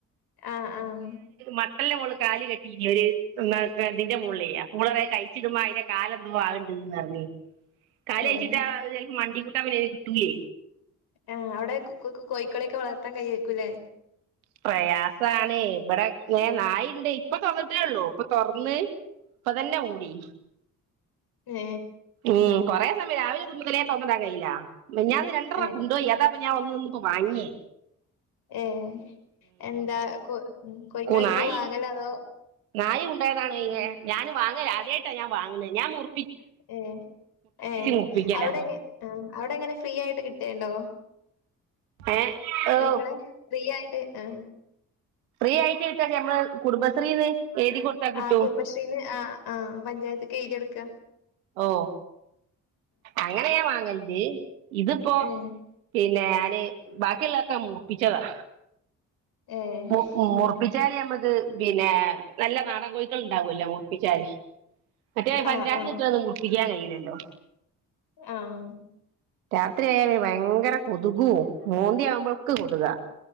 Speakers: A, on the left (about 60°); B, on the right (about 75°).
A: ആ ആഹ്
B: മട്ടന്റെ മോള് കാല് കെട്ടീനി ഒരു <unintelligible> ഇതിന്റെ മോളിലേയ് അപ്പോള് പറയാ കഴിച്ചിടുമ്മഅതിന്റെ കാല് എന്തോ ആക്ണ്ട്ന്ന് പറഞ്ഞി കാല് കഴിച്ചിട്ട
A: ഏഹ്
B: അത് മണ്ടി <unintelligible>
A: ആ അവിടെ കോ കോ കോയിക്കളക്കെ വളർത്താൻ കയിയെക്കൂല്ലേ
B: പ്രയാസാണ് ഇബടെ ഇങ്ങനെ നായിണ്ട് ഇപ്പൊ തുറന്നിട്ടേള്ളു ഇപ്പൊ തുറന്ന് ഇപ്പൊ തന്നെ ഓടി
A: ഉം
B: ഉം കൊറേ സമയം <unintelligible> തുറന്നിടാൻ കഴയില്ല മിഞ്ഞാന് രണ്ട്രണം
A: ഏഹ്
B: കൊണ്ടോയി അതാ ഇപ്പൊ ഞാൻ ഒന്ന നിന്ന ഇപ്പോ വാങ്ങിഎയ്
A: ഉം എന്താ കൊ ഉം കോഴിക്കളെ
B: കു
A: ഇങ്ങൾ
B: നായി
A: വാങ്ങലാ അതോ
B: നായി ഉണ്ടോയതാണ് അയിനെ
A: ഉം
B: ഞാൻ വാങ്ങലാദ്യയിട്ടാ ഞാൻവാങ്ങു ഞാൻമുർ
A: ഏ ഏ
B: മുറിപ്പിക്കലാ
A: അവിടെ അവിടെ എങ്ങനെ ഫ്രീ ആയിട്ട് കി എന്തോ
B: ഏ ഓ
A: കൊയ്ക്കളെ ഫ്രീ ആയി ഏ ആഹ
B: ഫ്രീ ആയിട്ട് കിട്ടാച്ച നമ്മള് കുടുംബശ്രീന്ന് എഴുതി കൊടുത്താ കിട്ടും
A: ആ കുംബശ്രീന്ന് ആ ആ പഞ്ചായത്ത് എയ്തികൊടുക്ക
B: ഓ അങ്ങനെ ഞാൻ വാങ്ങലണ്ട് ഇതിപ്പോ
A: ഏ
B: പിന്നെ ഞാന് ബാക്കിയുള്ളതക്കെ മുർപ്പിച്ചതാ
A: ഏ
B: മു
A: ഉം.
B: മുറപ്പിച്ചാലമ്മക്ക് പിന്നെ നല്ല നാടൻ കോഴക്കൾ ഉണ്ടാാവൂല്ലോ മുർപ്പിച്ചാല് മറ്റേ
A: ആ
B: പഞ്ചായത്ത്ന്ന്
A: ആ
B: കിട്ടന്നത് മുർപ്പിക്കാൻ കഴിയല്ല ലല്ലോ
A: ആഹ
B: രാത്രി ആയാപിന്നെ ഭയങ്കര കൊതുകും മൂന്തിയാവുമ്പൾക്ക് കൊതുക